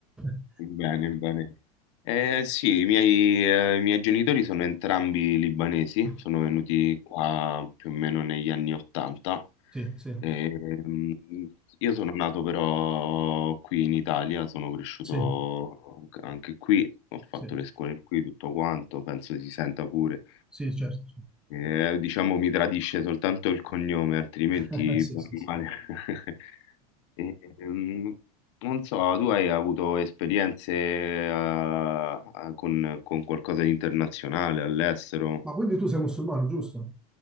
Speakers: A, in the centre; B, on the left (about 45°).
A: <laughs>
B: Bene, bene. Eh, sì, i miei, eh, i miei genitori sono entrambi libanesi,
A: Mm,
B: sono venuti qua più o meno negli anni Ottanta.
A: Sì, sì,
B: Ehm, io sono nato però qui in Italia, sono cresciuto
A: sì,
B: anche qui, ho fatto
A: sì,
B: le scuole qui, tutto quanto, penso si senta pure.
A: sì, certo.
B: Eh, diciamo mi tradisce soltanto il cognome, altrimenti
A: certo. <laughs> Sì,
B: bene
A: sì, sì.
B: o male. <laughs> E, ehm, non so, tu hai avuto esperienze eh, a- con, con qualcosa di internazionale all'estero?
A: Ma quindi tu sei musulmano, giusto?